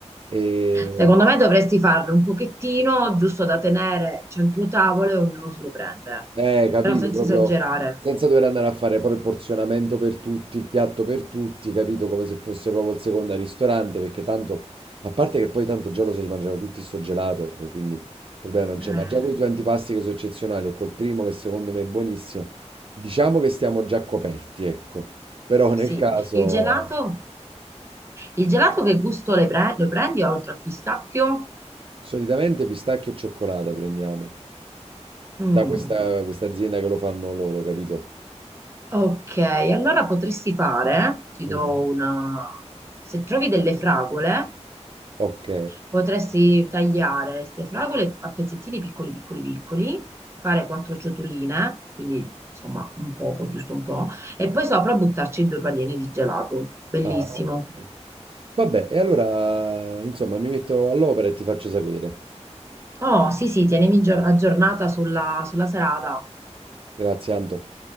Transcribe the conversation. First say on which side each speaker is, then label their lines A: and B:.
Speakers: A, on the right; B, on the right.
A: E...
B: Secondo me dovresti farne un pochettino, giusto da tenere centro tavolo e ognuno se lo prende,
A: Eh, capito,
B: però senza
A: proprio
B: esagerare.
A: Mm. senza dover andare a fare poi il porzionamento per tutti, il piatto per tutti, capito, come se fosse proprio il secondo al ristorante, perché tanto, a parte che poi tanto già lo so, si mangiano tutti sto gelato, eh, quindi il problema non c'è,
B: Eh,
A: ma già con i due antipasti che sono eccezionali e col primo che secondo me è buonissimo, diciamo che stiamo già coperti, ecco, però nel
B: sì,
A: caso,
B: il gelato, il gelato che gusto le pre- lo prendi oltre al pistacchio?
A: solitamente pistacchio e cioccolata prendiamo,
B: Mm,
A: da questa, questa azienda che lo fanno loro, capito?
B: ok, allora potresti fare, ti
A: Mm.
B: do una... Se trovi delle fragole,
A: Ok.
B: Potresti tagliare queste fragole a pezzettini piccoli, piccoli, piccoli, fare quattro ciotoline, quindi insomma un poco, giusto un po', e poi sopra buttarci due palline di gelato. Bellissimo.
A: Ah, ok. Vabbè, e allora, insomma, mi metto all'opera e ti faccio sapere.
B: Oh, sì, sì, tienimi aggior- aggiornata sulla sulla serata.
A: Grazie, Anto.